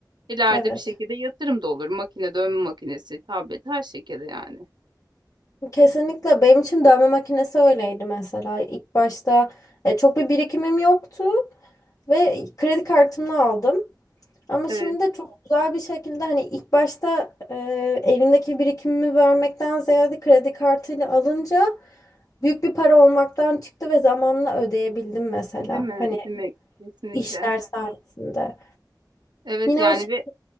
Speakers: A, on the right (about 80°); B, on the left (about 50°).
A: İleride
B: Evet.
A: bir şekilde yatırım da olur. Makine, dövme makinesi, tablet her şekilde yani.
B: Kesinlikle benim için dövme makinesi öyleydi mesela. İlk başta e, çok bir birikimim yoktu ve kredi kartımla aldım. Ama
A: Evet,
B: şimdi çok güzel bir şekilde hani ilk başta e, elimdeki birikimimi vermekten ziyade kredi kartıyla alınca büyük bir para olmaktan çıktı ve zamanla ödeyebildim mesela.
A: değil mi?
B: Hani
A: Değil mi? Kesinlikle.
B: işler sayesinde.
A: Evet
B: Yine
A: yani
B: o şey
A: ve